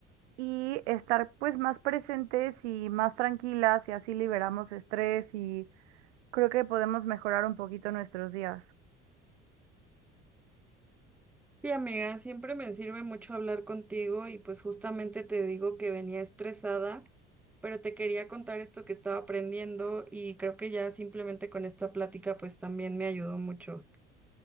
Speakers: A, on the right; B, in the centre.
A: y estar pues más presentes y más tranquilas y así liberamos estrés y creo que podemos mejorar un poquito nuestros días.
B: Sí, amiga, siempre me sirve mucho hablar contigo y pues justamente te digo que venía estresada, pero te quería contar esto que estaba aprendiendo y creo que ya simplemente con esta plática pues también me ayudó mucho.